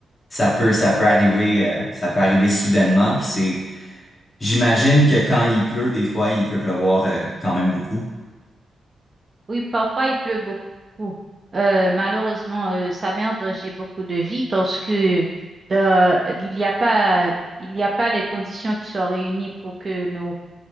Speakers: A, on the left; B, on the right.
A: Ça peut, ça peut arriver, euh, ça peut arriver soudainement, puis c'est J'imagine que quand il pleut, des fois, il peut pleuvoir euh, quand même beaucoup.
B: Oui, parfois il pleut beaucoup. Euh, malheureusement, euh, ça met en danger beaucoup de vie parce que euh, il n'y a pas, il n'y a pas les conditions qui sont réunies pour que nous,